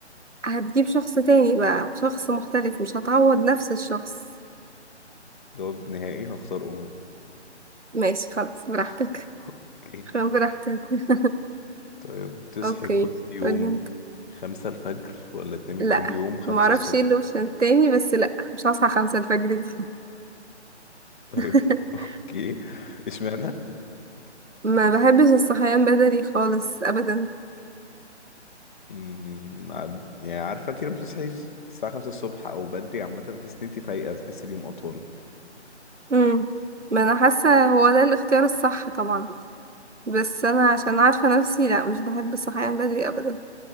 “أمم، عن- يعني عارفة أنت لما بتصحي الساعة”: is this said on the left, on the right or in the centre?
Left